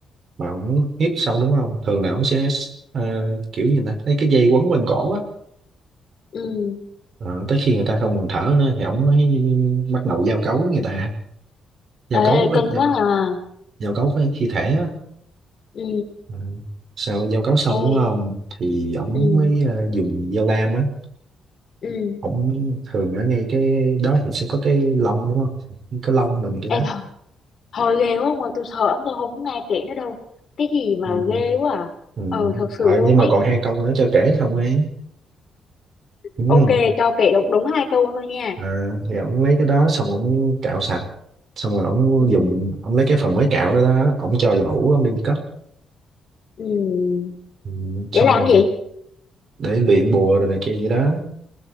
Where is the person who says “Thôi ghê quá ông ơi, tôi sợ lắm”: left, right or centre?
Left